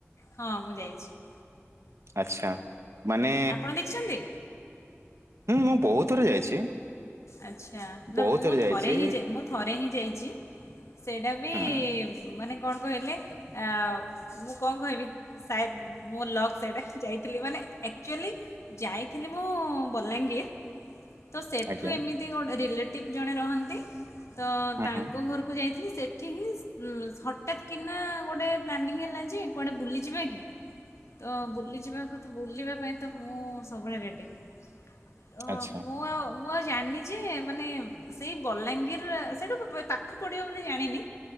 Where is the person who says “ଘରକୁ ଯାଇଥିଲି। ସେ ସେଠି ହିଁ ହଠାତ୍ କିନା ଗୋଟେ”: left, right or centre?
Left